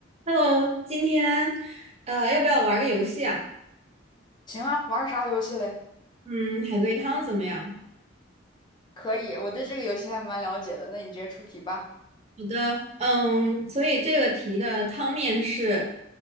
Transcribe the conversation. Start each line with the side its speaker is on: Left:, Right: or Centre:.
Right: Hello，今天呃，要不要玩个游戏啊？
Left: 行啊，玩啥游戏嘞？
Right: 嗯，海龟汤怎么样？
Left: 可以，我对这个游戏还蛮了解的。那你直接出题吧。
Right: 好的，嗯，所以这个题的汤面是，